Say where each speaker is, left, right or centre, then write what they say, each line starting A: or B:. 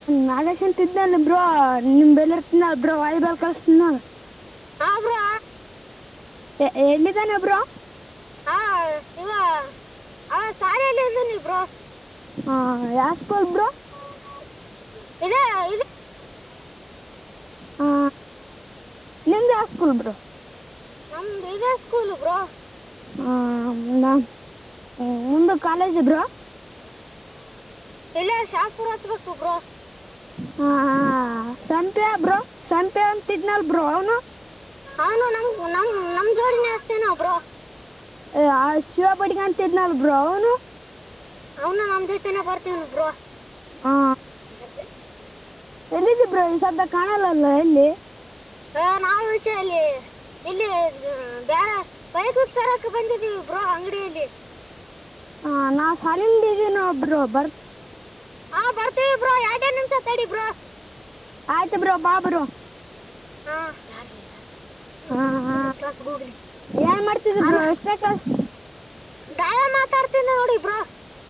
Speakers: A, on the right; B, on the right.
A: ನಾಗೇಶನ್ ತಿದನಲ್ಲಿ ಬ್ರೋ ನಿಮ್ ಬೆಲ್ ಇರ್ತನಬ್ರ ವಾಯಿ ಬಲ್ ಕಲ್ಸ್ತ್ ಏನಾ.
B: ಹಾ ಬ್ರೋ.
A: ಎ ಎಲ್ಲಿದ್ದಾನೆ ಬ್ರೋ.
B: ಹಾ ಇವ ಅವ ಸಾಲೆಲ್ಲಿದಿನಿ ಬ್ರೋ.
A: ಹಾ ಯಾಸ್ಕೂಲ್ ಬ್ರೊ.
B: ಹಾ ಹಾ ಇದೇಕ್
A: ಹಾ ನಿಮ್ದ್ ಸ್ಕೂಲ್ ಬ್ರೊ.
B: ನಮ್ದು ಇದೇ ಸ್ಕೂಲ್ ಬ್ರೋ
A: ಹಾಂ ನಾಮ್ ಹ್ಮ್ ಮುಂದುಕ್ ಕಾಲೇಜ ಬ್ರೋ.
B: ಇಲ್ಲೇ ಶಾಪುರ್ ಹಚ್ಚ್ಬೇಕು ಬ್ರೋ.
A: ಹಾ ಹಾ ಸಂಪ್ಯಾಬ್ರೋ ಸಂಪ್ ಪ್ಪೆ ಅಂತಿದ್ನಲ್ ಬ್ರೋ ಅವ್ನು.
B: ಹಾನು ನಮ್ ನಮ್ ನಮ್ ಜೋಡಿನೆ ಅಸ್ತಿನ ಬ್ರೋ.
A: ಏ ಆ ಶಿವಪಾಟಿ ಕಾಂತಿದ್ನಲ್ಬ್ರೋ ಅವನು.
B: ಅವ್ನು ನಮ್ ಜೈತಾನೇ ಬರ್ತೀವ್ನ್ ಬ್ರೋ.
A: ಆ
B: ಯಾರ್ಗೆ.
A: ಎಲ್ಲಿದ್ದಿ ಬ್ರೋ ಈ ಸದ್ದ ಕಾಣಲ್ಲಲ್ಲ ಎಲ್ಲಿ.
B: ಹ ನಾವು ವಿಚೆಯಲ್ಲೀ. ಇಲ್ಲಿ <unintelligible> ಬ್ಯಾರೆ ಬೈಕ್ಕ್ ತರಕ್ ಬಂದಿನ್ ದಿವಿ ಬ್ರೋ ಅಂಗಡಿಯಲ್ಲಿ.
A: ಹ ನಾ ಶಾಲಿನ್ ಇದೀನ್ ಒಬ್ರೋ ಬರ್ತ್
B: ಹಾ ಬರ್ತೀವಿ ಬ್ರೋ ಎರಡೇ ನಿಮಿಷ ತಡಿ ಬರ್ತ್
A: ಆಯ್ತು ಬ್ರೋ ಬಾ ಬ್ರೋ.
B: ಹಾ ಯಾರ್ ಲೇ ಯಾರ ಎ
A: ಹ
B: ಒಗ್
A: ಹ
B: ನಿಮ್ ಕ್ಲಾಸ್ ಗೂಗ್ಲಿ
A: ಏನ್ ಮಾಡ್ತಿದಿ
B: ಅಲೋ.
A: ಬ್ರೋ ಎಷ್ಟನೇ ಕ್ಲಾಸ್
B: ಬ್ಯಾಯೆ ಮಾತಾಡ್ತೀನಿ ನೋಡ್ ಇ ಬ್ರೋ.